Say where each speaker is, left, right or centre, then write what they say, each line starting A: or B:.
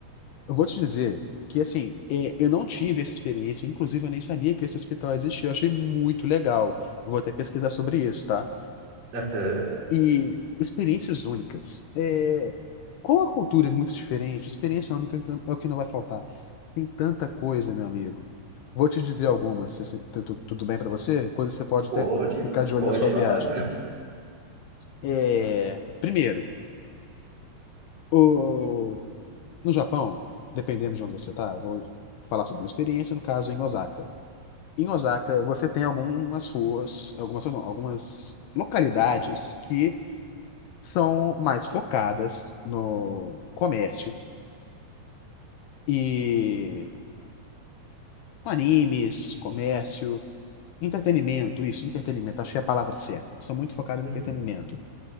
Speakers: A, on the left (about 70°); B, on the right (about 50°).
A: Eu vou te dizer que, assim, é, eu não tive essa experiência, inclusive eu nem sabia que esse hospital existia, eu achei muito legal. Eu Vou até pesquisar sobre isso, tá?
B: Aham,
A: E experiências únicas. É, como a cultura é muito diferente, experiência única é o que não vai faltar. Tem tanta coisa, meu amigo. Vou te dizer algumas, se- se- tu- tu- tudo bem pra você? Coisas que você pode
B: Pode,
A: até ficar de olho
B: pode
A: na sua
B: falar.
A: viagem. É, primeiro, o- no Japão, dependendo de onde você tá, eu vou falar sobre minha experiência, no caso em Osaka. Em Osaka, você tem algumas ruas, algumas, ruas não, algumas localidades que são mais focadas no comércio e animes, comércio, entretenimento, isso, entretenimento, achei a palavra certa. São muito focados
B: <laughs>
A: no entretenimento.